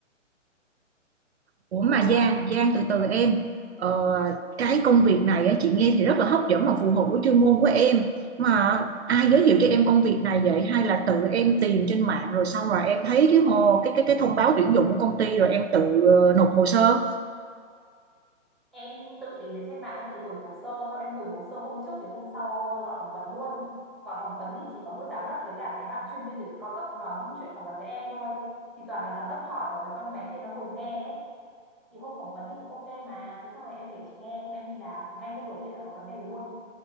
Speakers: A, on the right (about 55°); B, in the centre.
A: Ủa mà
B: của
A: Giang, Giang từ từ em ờ, cái công việc này á, chị nghe thì rất là hấp dẫn mà phù hợp với chuyên môn của em mà ai giới thiệu cho em công việc này vậy hay là tự em tìm trên mạng rồi xong rồi em thấy cái hồ cái cái cái thông báo tuyển dụng của công ty rồi em tự ờ, nộp hồ sơ
B: em tự tìm đến trên mạng em tự gửi hồ sơ sau em gửi hồ sơ hôm trước thì hôm sau gọi phỏng vấn luôn gọi phỏng vấn thì chỉ có mỗi giám đốc với cả cái bạn chuyên viên tuyển dụng cao cấp nói chuyện phỏng vấn với em thôi thì toàn là giám đốc hỏi và cái con bé kia nó ngồi nghe ấy. thì hôm phỏng vấn thì cũng ok mà thế xong rồi em kể chị nghe hôm em đi làm ngay hôm đầu tiên đã có vấn đề luôn